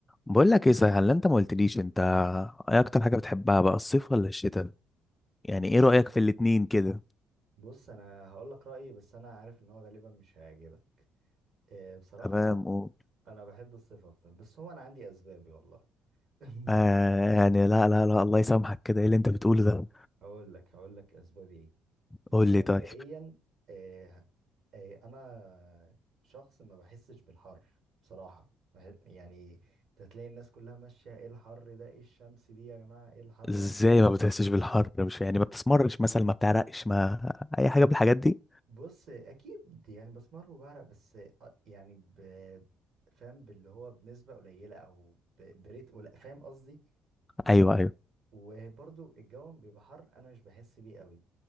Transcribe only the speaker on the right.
بص
بص انا هقول لك رايي بس انا عارف ان هو غالبا مش هيعجبك آه، بصراحه
انا بحب الصيف اكتر بس هو انا عندي اسبابي والله <laughs>
هقول لك هقول لك اسبابي ايه بص
مبدئيا
آه، آه، انا شخص ما بحسش بالحر بصراحه ما ه- يعني تتلاقي الناس كلها ماشيه ايه الحر ده ايه الشمس دي يا جماعه ايه الحر
وانتوا مش
بص اكيد يعني بسمر وبعرق بس أ- يعني ب... فاهم باللي هو بنسبه قليله او ب... بريت قليل فاهم قصدي
وبرضو الجو بيبقى حر انا مش بحس بيه قوي